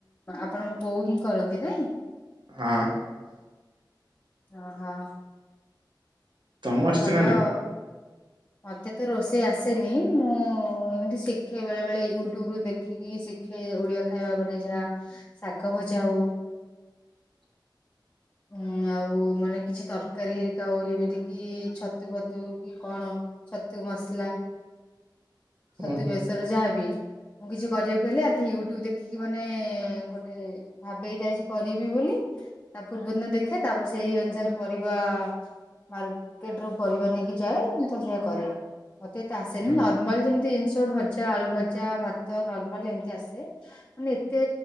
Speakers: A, on the left; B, on the right.
A: ଆପଣଙ୍କ ବୋଉ ହିଁ କରନ୍ତି ନାଇଁ।
B: ହଁ।
A: ଓହୋ।
B: ତମକୁ ଆସିଛି
A: ଭଲ।
B: ନା ନାଇଁ?
A: ମତେ ତ ରୋଷେଇ ଆସେନି ମୁଁ ଏମିତି ଶିଖେ ବେଳେ ବେଳେ ୟୁଟ୍ୟୁବ ରୁ ଦେଖ। ଖିକି ଶଖିକି ଶିଖେ ଓଡିଆ ଖାଇବା ମାନେ ଯାହା ଶାଗ ଭଜା ହଉ। ହଁ ଆଉ ମାନେ କିଛି ତରକାରୀ ହେଇଥାଉ ଯେମିତି କି ଛତୁ ଫତୁ କି କଣ ଛତୁ ମସଲା ଛତୁ
B: ଓହୋ।
A: ବେଶର ଯାହାବି। ମୁଁ କିଛି କରିବାକୁ ହେଲେ ଆ ୟୁଟ୍ୟୁବ ଦେଖିକି ମାନେ ଗୋଟେ। ଭାବେ ଏଇଟା ଆଜି କରିବି ବୋଲି ତା ପୂର୍ବ ଦିନ ଦେଖେ ତାପରେ ସେଇ ଅନୁସାରେ ପରିବା ମାର୍କେଟ ରୁ ପରିବା ନେଇକି ଯାଏ ତ ସେ କରେ। ମତେ ତ ଆସେନି
B: ଉଁ ହୁଁ।
A: ନର୍ମାଲ ଯେମିତି ଜିନିଷ ଭ ଭଜା ଆଳୁ ଭଜା ଭାତ ନର୍ମାଲ ଏମିତି ଆସେ। ମାନେ ଏତେ